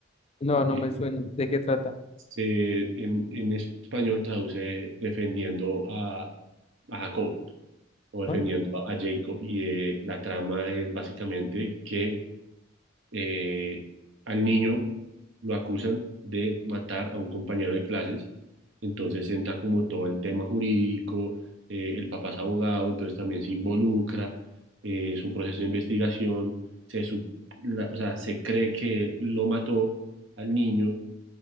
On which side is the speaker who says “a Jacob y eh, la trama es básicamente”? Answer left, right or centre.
Right